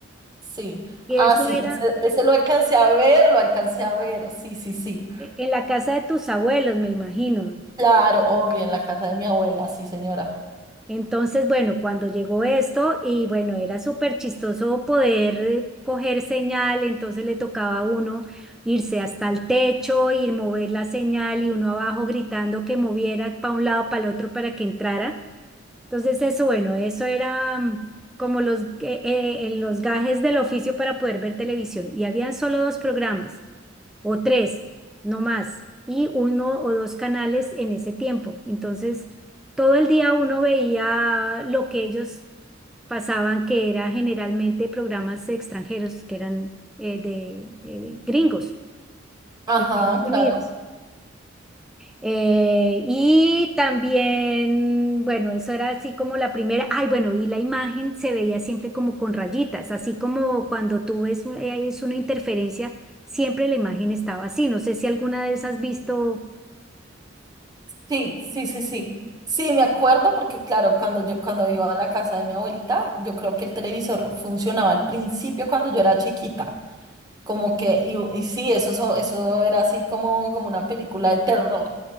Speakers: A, on the right; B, in the centre.
A: Sí.
B: y
A: Ah,
B: eso
A: sí,
B: era
A: ese, ese lo alcancé a ver, lo alcancé a ver. Sí, sí, sí.
B: e- en la casa de tus abuelos, me imagino.
A: Claro, obvio, en la casa de mi abuela, sí, señora.
B: Entonces, bueno, cuando llegó esto y bueno, era súper chistoso poder eh, coger señal, entonces le tocaba a uno irse hasta el techo, ir mover la señal y uno abajo gritando que moviera para un lado, para el otro, para que entrara. Entonces eso, bueno, eso era mm, como los, eh, eh, eh, los gajes del oficio para poder ver televisión. Y habían solo dos programas, o tres, no más, y uno o dos canales en ese tiempo. Entonces, todo el día uno veía lo que ellos pasaban, que era generalmente programas extranjeros, que eran eh, de eh, gringos,
A: Ajá,
B: de Estados Unidos.
A: claro.
B: Eh, y también, bueno, eso era así como la primera, ay, bueno, y la imagen se veía siempre como con rayitas, así como cuando tú ves un- eh, es una interferencia, siempre la imagen estaba así. No sé si alguna vez has visto,
A: Sí, sí, sí, sí. Sí, me acuerdo porque claro, cuando yo cuando iba a la casa de mi abuelita, yo creo que el televisor funcionaba al principio cuando yo era chiquita, como que y, y sí, eso eso eso era así como como una película de terror.